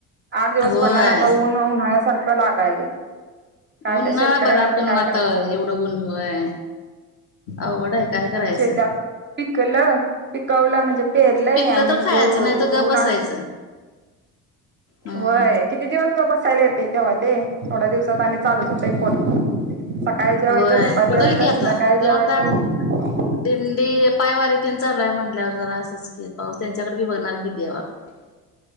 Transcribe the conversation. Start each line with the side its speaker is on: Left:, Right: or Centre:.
Right: आठ दिवस
Left: होय
Right: पडला आणि आता ऊन- ऊन खाया सारखं लागायलय. काय
Left: ऊन
Right: त्या
Left: ना.
Right: शेतकऱ्यांना
Left: बरं, आपण
Right: तर काय
Left: आता.
Right: करायचं
Left: एवढं ऊन, होय. अवघडाय. काय करायचं?
Right: शेतात पिकलं. पिकवलं म्हणजे, पेरलंय.
Left: पिकलं
Right: आणि
Left: तर खायचं
Right: ते
Left: नाही तर
Right: उगवून
Left: गप बसायचं
Right: आ
Left: हम्म
Right: होय. किती दिवस गप बसायलय, ते तेव्हा ते. थोड्या दिवसात आणि चालूच होतय, पोट. सकाळी जेवायचं,
Left: होय
Right: दुपारी
Left: पडल
Right: जेवायचं,
Left: की आता
Right: संध्याकाळी जेवायचं.
Left: जर आता दिंडी. पायवारी त्यां चालूय म्हणल्यावर, जरा असंच की. पाऊस त्यांच्याकडे बी बघणार की, देवाकड. <inaudible>